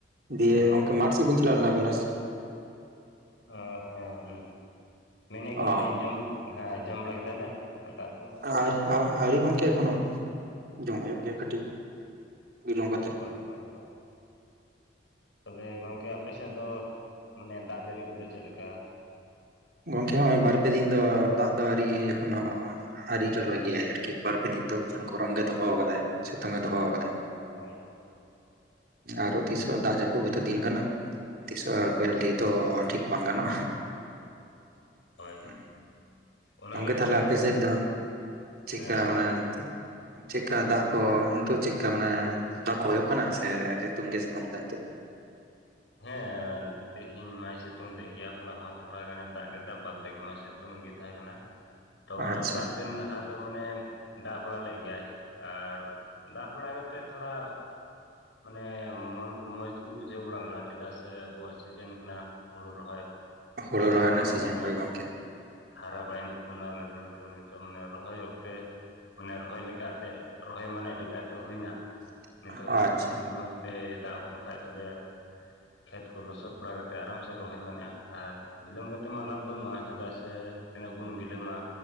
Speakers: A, on the right (about 50°); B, on the left (about 75°).
A: ᱫᱤᱭᱮ
B: ᱛᱚᱵᱮ
A: ᱜᱚᱝᱠᱮ ᱢᱟᱴᱷ ᱥᱮᱫ ᱵᱤᱱ ᱪᱟᱞᱟᱣ ᱞᱮᱱᱟ ᱵᱤᱱ ᱦᱚᱸ ᱥᱮ ᱪᱮᱫ
B: ᱚ ᱦᱚ ᱦᱩᱸ ᱢᱮᱱᱮᱫ ᱠᱟᱱᱟᱞᱤᱧ
A: ᱚ
B: ᱡᱚᱢ ᱦᱚᱸ ᱡᱚᱢ ᱵᱟᱲᱟ ᱠᱮᱫᱟ ᱵᱮᱱ ᱫᱟᱠᱟ ᱩᱛᱩ
A: ᱟᱨ ᱟᱹᱣᱨᱤ ᱜᱚᱝᱠᱮ ᱮᱠᱷᱚᱱᱳ ᱡᱚᱢ ᱦᱩᱭᱩᱜ
B: ᱟᱪᱪᱷᱟ
A: ᱜᱮᱭᱟ ᱠᱟᱹᱴᱤᱡ ᱵᱤᱞᱚᱢ ᱠᱟ
B: ᱦᱳᱭ ᱦᱳᱭ ᱦᱳᱭ ᱦᱳᱭ ᱛᱚᱵᱮ ᱜᱚᱝᱠᱮ ᱟᱯᱮᱥᱮᱫ ᱫᱚ ᱢᱟᱱᱮ ᱫᱟᱜ ᱡᱟᱹᱲᱤ ᱠᱚᱫᱚ ᱪᱮᱫ ᱞᱮᱠᱟ
A: ᱜᱚᱝᱠᱮ ᱦᱚᱸᱜ-ᱚᱭ ᱵᱟᱨ ᱯᱮ ᱫᱤᱱ ᱫᱚ ᱫᱟᱜ ᱫᱚ ᱟᱹᱣᱨᱤ ᱮᱠᱷᱚᱱᱳ ᱟᱣᱨᱤ ᱡᱚᱨᱚᱭ ᱜᱮᱭᱟᱭ ᱟᱨᱠᱤ ᱵᱟᱨ ᱯᱮ ᱫᱤᱱ ᱫᱚ ᱜᱚᱨᱚᱢ ᱜᱮ ᱫᱚᱦᱚ ᱟᱠᱟᱫᱟᱭ ᱥᱤᱛᱩᱝᱮ ᱫᱚᱦᱚ
B: ᱦᱳᱭ
A: ᱠᱟᱫᱟᱭ
B: ᱦᱳᱭ
A: ᱟᱨᱚ ᱛᱤᱥᱚᱜ ᱫᱟᱜ ᱡᱟᱹᱯᱩᱫ ᱜᱮᱛᱚ ᱫᱤᱱ ᱠᱟᱱᱟ᱾ ᱛᱤᱥᱦᱚ ᱟᱨ ᱚᱠᱚᱭᱟᱜ ᱞᱟᱹᱭ ᱛᱚ ᱴᱷᱤᱠ ᱵᱟᱝ ᱜᱟᱱᱚᱜ-ᱟ
B: ᱦᱳᱭ
A: ᱦᱩᱸ
B: ᱚᱱᱟ
A: ᱜᱚᱝᱠᱮ
B: ᱜᱮᱛᱚ
A: ᱛᱟᱦᱞᱮ ᱟᱯᱮ ᱥᱮᱫ ᱫᱚ ᱪᱮᱫᱠᱟ
B: ᱦᱮᱸ ᱞᱟᱹᱭ
A: ᱢᱟᱱᱮ
B: ᱵᱮᱱ
A: ᱱᱤᱛᱳᱷ ᱪᱮᱫᱠᱟ ᱫᱟᱜ ᱠᱚ ᱱᱤᱛᱳᱜ ᱪᱮᱫᱠᱟ ᱢᱟᱱᱮ ᱫᱟᱜ ᱠᱚ ᱦᱩᱭᱩᱜ ᱠᱟᱱᱟ ᱥᱮ ᱥᱤᱛᱩᱝ ᱜᱮ ᱥᱤᱛᱩᱝ ᱫᱟᱭ ᱱᱤᱛᱚᱜ ᱫᱚ
B: ᱦᱮᱸ ᱛᱮᱦᱮᱧ ᱢᱟᱭ ᱥᱤᱛᱩᱝ ᱞᱮᱫ ᱜᱮᱭᱟ ᱦᱚᱞᱟ ᱦᱚᱸ ᱛᱷᱚᱲᱟ ᱜᱟᱱᱮ ᱫᱟᱜ ᱠᱮᱫᱟ ᱵᱟᱫᱽ ᱵᱟᱠᱤ ᱢᱟᱭ ᱥᱤᱛᱩᱝ ᱜᱮ ᱛᱟᱦᱮᱸ ᱠᱟᱱᱟ ᱛᱚ ᱚᱱᱟ
A: ᱟᱪᱪᱷᱟ
B: ᱵᱟᱨ ᱫᱤᱱ ᱞᱟᱦᱟ ᱫᱚ ᱢᱟᱱᱮ ᱫᱟᱜ ᱵᱟᱲᱟ ᱞᱮᱫ ᱜᱮᱭᱟᱭ ᱟᱨ ᱫᱟᱜ ᱵᱟᱲᱟ ᱠᱟᱛᱮᱫ ᱛᱷᱚᱲᱟ ᱢᱟᱱᱮ ᱢᱚᱱ ᱠᱚ ᱢᱚᱸᱡᱽᱜᱤ ᱵᱩᱡᱷᱟᱹᱣ ᱵᱟᱲᱟ ᱞᱮᱱᱟ ᱪᱮᱫᱟᱜ ᱥᱮ ᱟᱵᱚᱣᱟᱜ ᱥᱤᱡᱮᱱ ᱠᱟᱱᱟ ᱦᱩᱲᱩ ᱨᱚᱦᱚᱭ
A: ᱦᱳᱲᱳ
B: ᱜᱟᱹᱪᱷᱤ
A: ᱨᱚᱦᱚᱭ
B: ᱠᱚᱦᱚᱸ
A: ᱨᱮᱱᱟᱜ ᱥᱤᱡᱤᱱ
B: ᱢᱟᱱᱮ
A: ᱦᱳᱭ ᱜᱚᱝᱠᱮ
B: ᱦᱟᱨᱟ ᱵᱟᱲᱟᱭᱮᱱ ᱛᱟᱵᱚᱱᱟ ᱞᱟᱹᱴᱩ ᱞᱟᱹᱴᱩ ᱱᱤᱛᱚᱜ ᱢᱟᱱᱮ ᱨᱚᱦᱚᱭ ᱚᱠᱛᱮ ᱢᱟᱱᱮ ᱨᱚᱦᱚᱭ ᱞᱮᱠᱟ ᱮᱱᱛᱮᱜ ᱨᱚᱦᱚᱭ ᱢᱟᱱᱮ ᱞᱮᱠᱟ ᱞᱮᱠᱟ ᱮᱱᱛᱮᱜ ᱦᱩᱭᱱᱟ
A: <unintelligible>
B: ᱱᱤᱛᱚᱜ ᱫᱚ ᱡᱩᱫᱤ ᱢᱚᱡᱽ ᱛᱮ ᱫᱟᱜ ᱟᱹᱜᱚᱱ ᱠᱷᱟᱡ ᱛᱚᱵᱮ ᱠᱷᱮᱛ ᱠᱚ ᱞᱚᱥᱚᱫ ᱵᱟᱲᱟᱛᱮᱫ ᱟᱨᱟᱢ ᱥᱮᱫ ᱨᱚᱦᱚᱭ ᱢᱟᱱᱮᱜ-ᱟ ᱟᱨ ᱵᱤᱞᱚᱢ ᱠᱟᱛᱮᱫ ᱢᱟ ᱞᱟᱵᱷ ᱵᱟᱹᱱᱩᱜ-ᱟ ᱪᱮᱫᱟᱜ ᱥᱮ ᱛᱤᱱᱟᱹᱜ ᱵᱚᱱ ᱵᱤᱞᱢᱟ